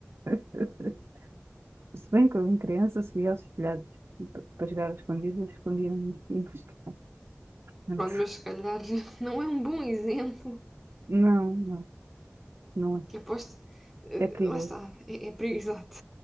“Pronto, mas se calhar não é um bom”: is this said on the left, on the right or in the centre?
Centre